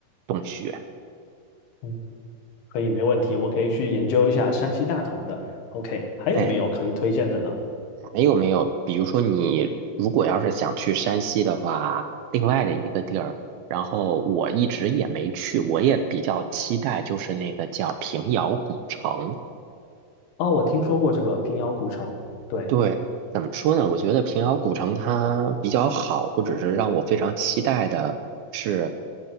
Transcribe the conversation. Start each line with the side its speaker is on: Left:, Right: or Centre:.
Right: 洞穴。
Left: 嗯，可以，没问题，我可以去研究一下山西大同的。OK，还有没有可以推荐的呢？
Right: 哎没有没有？比如说，你如果要是想去山西的话，另外的一个地儿，然后我一直也没去，我也比较期待，就是那个叫平遥古城。
Left: 哦，我听说过这个平遥古城，对。
Right: 对，怎么说呢？我觉得平遥古城它比较好，或者是让我非常期待的是，